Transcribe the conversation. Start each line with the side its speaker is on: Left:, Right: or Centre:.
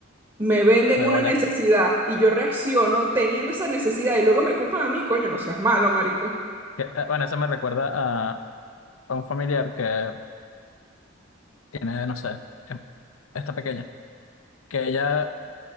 Right: me venden
Left: de
Right: una
Left: bolas.
Right: necesidad y yo reacciono teniendo esa necesidad y luego me culpan a mí, coño, no seas malo, marico.
Left: Que, eh, bueno, eso me recuerda a, a un familiar que tiene, no sé, que está pequeña, que ella